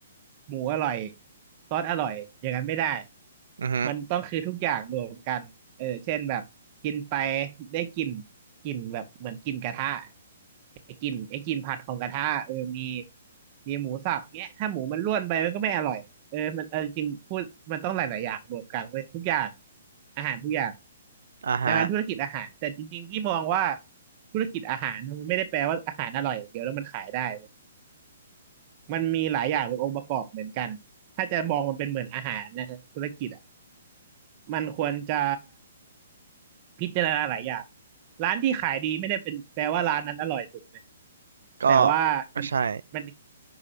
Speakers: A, on the right; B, on the right.
A: หมูอร่อย ซอสอร่อย อย่างนั้นไม่ได้
B: อือฮึ
A: มันต้องคือทุกอย่างรวมเออเช่นแบบกินไปได้กลิ่นกลิ่นแบบเหมือนกลิ่นกระทะ ไอ้กลิ่นไอ้กลิ่นผัดของกระทะเออมีมีหมูสับเนี้ยถ้าหมูมันร่วนไปมันก็ไม่อร่อยเออมันเออจริงพูดมันต้องหลายๆอย่างรวมกันเลยทุกอย่างอาหารทุกอย่าง
B: อ่าฮะ
A: ดังนั้นธุรกิจอาหารแต่จริงๆที่มองว่าธุรกิจอาหารมันไม่ได้แปลว่าอาหารอร่อยอย่างเดียวแล้วมันขายได้เว้ยมันมีหลายอย่างเป็นองค์ประกอบเหมือนกันถ้าจะมองมันเป็นเหมือนอาหารนะฮะธุรกิจอ่ะมันควรจะพิจารณาหลายอย่างร้านที่ขายดีไม่ได้เป็นแปลว่าร้านนั้นอร่อยสุดเลย
B: ก็
A: แต่ว่ามัน
B: ก็ใช่
A: มัน